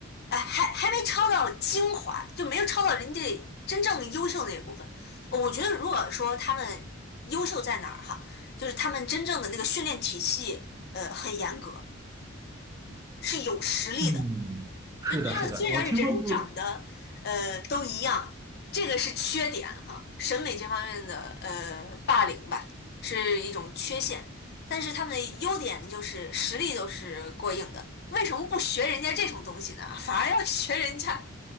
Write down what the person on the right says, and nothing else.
嗯，是的，
是的，我听说不是